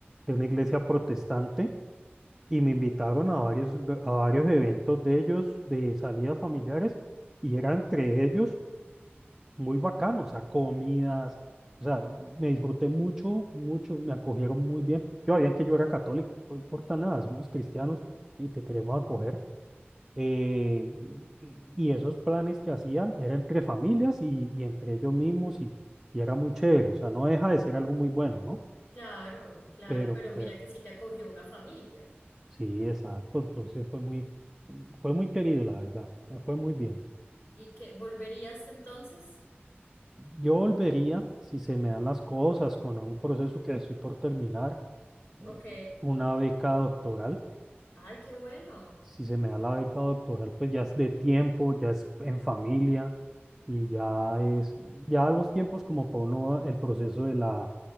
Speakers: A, in the centre; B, on the left.
A: de una iglesia protestante y me invitaron a varios, gr- a varios eventos de ellos, de salidas familiares, y era entre ellos muy bacano, o sea, comidas, o sea, me disfruté mucho, mucho, me acogieron muy bien. Yo sabían que yo era católico, no importa nada, somos cristianos y te queremos acoger, eh, y esos planes que hacían eran entre familias y, y entre ellos mismos y, y era muy chévere, o sea, no deja de ser algo muy bueno, ¿no?
B: Claro, claro,
A: Pero,
B: pero
A: pero
B: mira que sí te acogió una familia.
A: sí, exacto, entonces fue muy, fue muy querido, la verdad, me fue muy bien.
B: ¿Y que volverías entonces?
A: Yo volvería, si se me dan las cosas, con un proceso que estoy por terminar, eh,
B: Ok.
A: una beca doctoral
B: Ay, qué bueno.
A: si se me da la beca doctoral, pues ya es de tiempo, ya es en familia y ya es, ya los tiempos como para uno, el proceso de la,